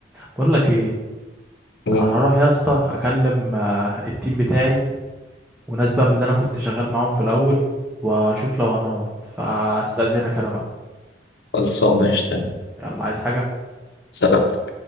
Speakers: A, in the centre; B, on the left.
A: بقول لك ايه
B: مم.
A: انا هروح يا اسطى اكلم آه، التيم بتاعي وناس بقى من اللي انا كنت شغال معاهم في الاول واشوف لو هنقعد فاستاذنك انا بقى
B: خلصانه يا شتان
A: يلا عايز حاجة
B: سلام